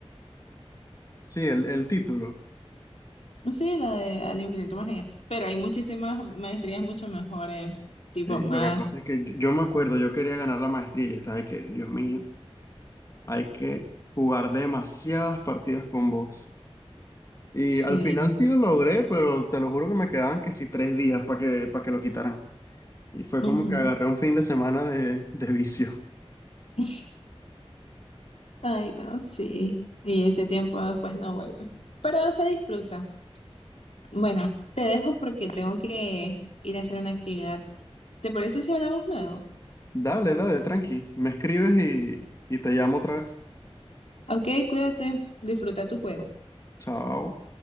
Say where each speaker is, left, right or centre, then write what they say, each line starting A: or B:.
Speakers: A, on the left; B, on the left.
A: sí, el, el título.
B: Sí, la de Al infinito más allá. Pero hay muchísimas maestrías mucho mejores, tipo
A: Sí,
B: más.
A: lo que pasa es que yo, yo me acuerdo, yo quería ganar la maestría y estaba de que, Dios mío. Hay que jugar demasiadas partidas con vos. Y
B: Sí.
A: al final sí lo logré, pero te lo juro que me quedaban que sí tres días para que, para que lo quitaran. Y fue
B: ujú.
A: como que agarré un fin de semana de, de vicio.
B: <laughs> Ay, no, sí. Y ese tiempo después no vuelve. Pero se disfruta. Bueno, te dejo porque tengo que ir a hacer una actividad. ¿Te parece si hablamos luego?
A: <laughs> Dale, dale, tranqui. Me escribes y, y te llamo otra vez.
B: Ok, cuídate, disfruta tu juego.
A: Chao.